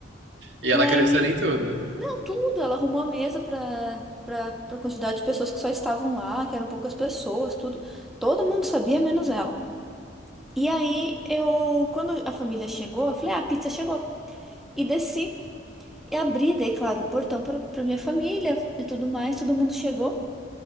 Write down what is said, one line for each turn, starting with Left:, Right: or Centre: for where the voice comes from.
Right: E ela
Centre: E aí
Right: acreditando em tudo.
Centre: Não, tudo. Ela arrumou a mesa para para para quantidade de pessoas que só estavam lá, que eram poucas pessoas, tudo. Todo mundo sabia, menos ela. E aí eu, quando a família chegou, eu falei: "Ah, a pizza chegou". E desci e abri, dei, claro, o portão para para minha família e tudo mais. Todo mundo chegou,